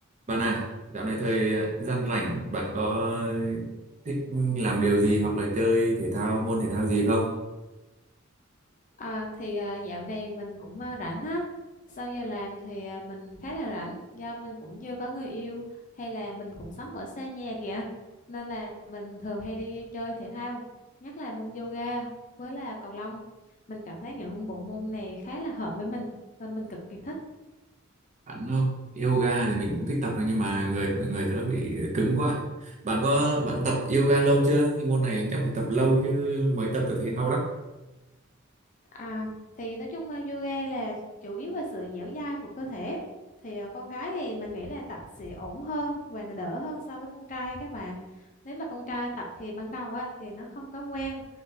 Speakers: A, on the right (about 35°); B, on the left (about 40°).
A: Bạn à, dạo này thời ờ, gian rảnh bạn có thích làm điều gì hoặc là chơi thể thao môn thể thao gì không?
B: À, thì à, dạo này mình cũng à, rảnh á sau giờ làm thì à, mình khá là rảnh do mình cũng chưa có người yêu hay là mình cũng sống ở xa nhà kìa nên là mình thường hay đi chơi thể thao nhất là môn yoga với là cầu lông mình cảm thấy những bộ môn này khá là hợp với mình và mình cực kỳ thích
A: Bạn không? Yoga thì mình cũng thích tập nhưng mà người người tớ bị cứng quá. Bạn có bạn tập yoga lâu chưa? Cái môn này chắc phải tập lâu chứ mới tập tớ thấy đau lắm.
B: À, thì nói chung ờ, yoga là chủ yếu về sự dẻo dai của cơ thể. Thì ờ, con gái thì mình nghĩ là tập sẽ ổn hơn và nó đỡ hơn so với con trai các bạn. Nếu mà con trai tập thì ban đầu á thì nó không có quen